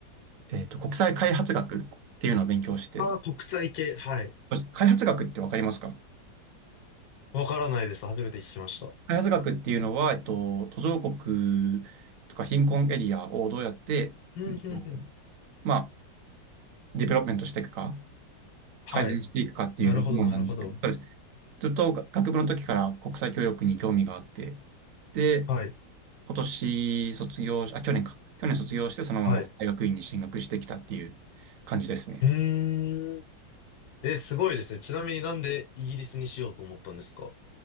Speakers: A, on the right (about 60°); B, on the left (about 75°).
A: えっと、国際開発学っていうのを勉強してて、
B: ああ、国際系。はい。
A: そして開発学ってわかりますか
B: わからないです。初めて聞きました。
A: 開発学っていうのは、えっと、途上国とか貧困エリアをどうやって、
B: うん、
A: えっと、
B: うん、うん。
A: まあ、ディベロップメントしていくか。
B: はい。
A: 改善していくかっていう学問なんですけど、
B: なるほど、なるほど。
A: そうです。ずっと学部の時から国際協力に興味があって、で、
B: はい。
A: 今年卒業し、あ、去年か。去年卒業して、そのまま大学院に進学してきたっていう感じですね。
B: はい。うーん。え、すごいですね。ちなみになんでイギリスにしようと思ったんですか